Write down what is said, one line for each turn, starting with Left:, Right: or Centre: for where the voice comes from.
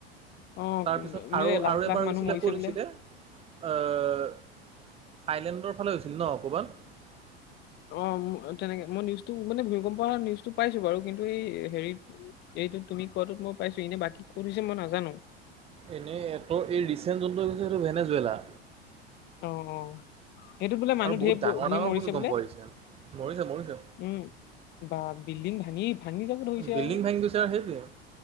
Left: অ',
Right: তাৰপিছত
Left: মানে
Right: আৰু,
Left: লাখ
Right: আৰু এবাৰ
Left: লাখ
Right: হৈছিলে
Left: মানুহ মৰিছে
Right: ক'ত হৈছিলে?
Left: বোলে।
Right: অ', থাইলেণ্ডৰ ফালে হৈছিল নহ ক'ৰবাত।
Left: অ', তেনেকে মই নিউজটো মানে ভূমিকম্প অহাৰ নিউজটো পাইছো বাৰু, কিন্তু এই হেৰি এইটো তুমি কোৱাটোত মই পাইছো, এনেই বাকী ক'ত হৈছে মই নাজানো
Right: এনেই এটৰ এই ৰিচেণ্ট যোনটো হৈছে সেইটো ভেনেজুৱেলা
Left: অ', অ'। সেইটোত বোলে মানুহ
Right: আৰু বহুত
Left: ধেৰ
Right: ডাঙৰ
Left: ধেৰ
Right: ডাঙৰ
Left: মৰিছে
Right: ভূমিকম্প
Left: বোলে
Right: আহিছে। মৰিছে মৰিছে
Left: উম, অহ। বিল্ডিং ভাঙি ভাঙি যাব ধৰিছে
Right: বিল্ডিং
Left: আৰু
Right: ভাঙি গৈছে আৰু সেইটোয়ে,